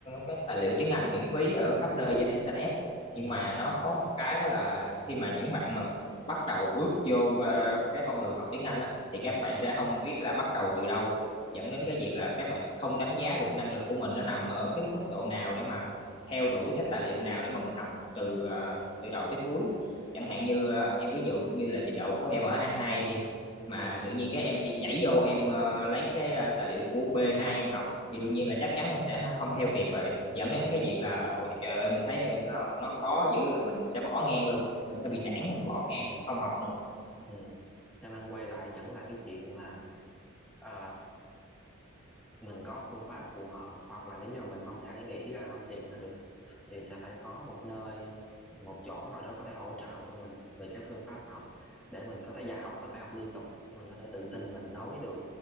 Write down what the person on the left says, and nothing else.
các tài liệu tiếng Anh miễn phí ở khắp nơi trên internet
nhưng mà nó có một cái đó là khi mà những bạn mà bắt đầu bước vô ờ, cái con đường học tiếng Anh á, thì
các bạn sẽ không biết là bắt đầu từ đâu dẫn đến
cái việc là các bạn không đánh giá được năng lực của mình nó nằm ở cái mức độ nào để mà theo đuổi cái tài liệu nào để mà mình học từ ờ, từ đầu tới cuối chẳng hạn như ờ, em ví dụ như là trình độ của em ở a hai đi mà
tự nhiên cái em đi nhảy vô em ờ, lấy cái ờ, tài liệu của B2 em học thì đương nhiên là chắc chắn em sẽ không theo kịp rồi dẫn
đến cái việc là ôi trời ơi mình thấy ờ, sao nó khó dữ rồi, mình sẽ bỏ ngang luôn mình
sẽ bị nản mình bỏ ngang
luôn, không học nữa